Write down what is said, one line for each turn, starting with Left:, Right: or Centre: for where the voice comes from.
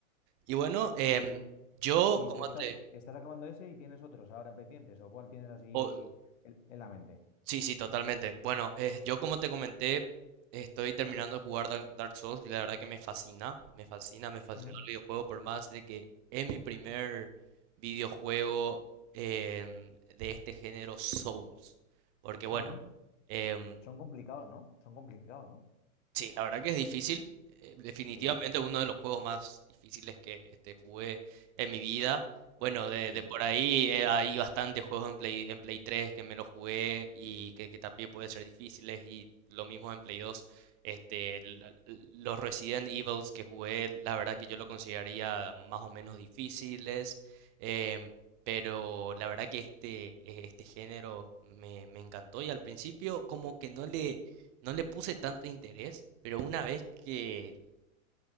Right: Y bueno, em,
Left: Y,
Right: yo
Left: y
Right: como
Left: tú estás,
Right: te...
Left: estás acabando ese y tienes otros ahora pendientes, o cuál tienes así
Right: o-
Left: en, en la mente.
Right: sí, sí, totalmente. Bueno, eh, yo como te comenté, estoy terminando de jugar Dark, Dark Souls y la verdad que me fascina, me fascina, me fascinó
Left: Ujú,
Right: el videojuego por más de que es mi primer videojuego em, de este género Souls. Porque bueno,
Left: ujú.
Right: em,
Left: Son complicados, ¿no? Son complicados, ¿no?
Right: Sí, la verdad que es difícil. eh, Definitivamente
Left: Sí,
Right: uno de los juegos más difíciles que este, jugué en mi vida. Bueno, de,
Left: sí.
Right: de Sí. por ahí eh, hay bastantes juegos en Play, en Play 3 que me los jugué y que, que también pueden ser difíciles. Y lo mismo en Play 2. Este, la- los Resident Evils que jugué, la verdad que yo lo consideraría más o menos difíciles. em, pero la verdad que este, eh, este género me, me encantó y al principio como que no le no le puse tanto interés, pero una vez que,